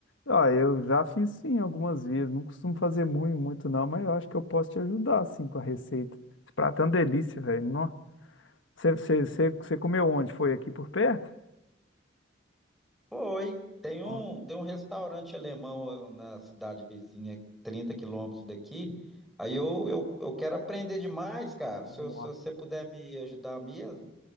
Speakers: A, on the left; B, in the centre.
A: Ah, eu já fiz sim algumas vezes, não costumo fazer muito, muito não, mas eu acho que eu posso te ajudar assim com a receita. Esse prato é uma delícia, velho. Nó. Você você- você- você comeu onde? Foi aqui por perto?
B: Foi. Tem um,
A: Ó,
B: tem um restaurante alemão uh, na cidade vizinha, 30 quilômetros daqui. Aí eu, eu, eu quero aprender demais, cara. Se,
A: nossa.
B: eu- se você puder me ajudar mesmo.